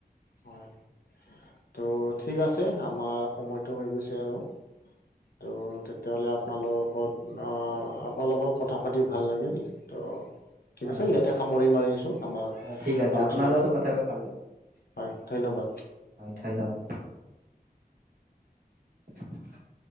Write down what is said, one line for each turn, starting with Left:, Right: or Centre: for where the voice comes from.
Left: হয়, ত' ঠিক আছে আমাৰ সময়টো হৈ গৈছে আৰু। ত' তেতিয়াহ'লে আপোনালোকত আপোনালোকৰ কথা পাতি ভাল লাগিল। ত' ঠিক
Right: হয়
Left: আছে
Right: হয়
Left: ইয়াতে
Right: হয়
Left: সামৰি মাৰি আছো আমাৰ
Right: হয়, ঠিক আছে
Left: আলোচনাটো।
Right: আপোনাৰ লগতো কথা পাতি ভাল লাগিল।
Left: হয় ধন্যবাদ।
Right: হয় ধন্যবাদ। <unintelligible>